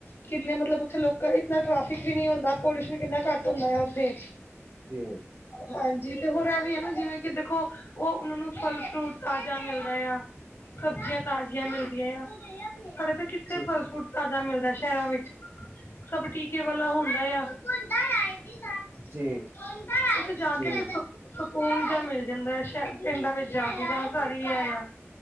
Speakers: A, on the left; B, on the right.
A: ਕਿੰਨੇ ਮਤਲਬ ਉੱਥੇ ਲੋਕ ਇਨਾ ਟੈਫਿਕ ਵੀ ਨੀ ਹੁੰਦਾ ਪੋਲਿਊਸ਼ਨ ਕਿੰਨਾ ਘੱਟ ਹੁੰਦਾ ਉੱਥੇ
B: ਜੀ
A: ਹਾਂਜੀ ਤੇ ਹੋਰ ਇਹ ਵੀ ਹੈ ਨਾ ਜਿਵੇਂ ਕਿ ਦੇਖੋ ਉਹ ਉਹਨਾਂ ਨੂੰ ਫਲ ਫਰੂਟ ਤਾਜ਼ਾ ਮਿਲਦਾ ਆ ਸਬਜ਼ੀਆਂ ਤਾਜ਼ੀਆਂ ਮਿਲਦੀਆਂ ਆ ਸਾਡੇ ਤਾਂ ਕਿੱਥੇ
B: ਜੀ,
A: ਫਲ ਫੂਟ ਤਾਜ਼ਾ ਮਿਲਦਾ ਸ਼ਹਿਰਾਂ ਵਿੱਚ, ਸਭ ਟੀਕੇ ਵਾਲਾ ਹੁੰਦਾ ਆ ਤਾ ਨਹੀਂ
B: ਜੀ,
A: ਹੈ
B: ਜੀ,
A: <inaudible> ਸਕੂਨ ਜਿਯਾ ਮਿਲ ਜਾਂਦਾ, ਸ਼ਾਇਦ ਪਿੰਡਾਂ ਵਿੱਚ ਜਾ ਕੇ ਜੇੜਾ ਘਾਰ ਈ ਹੈਗਾ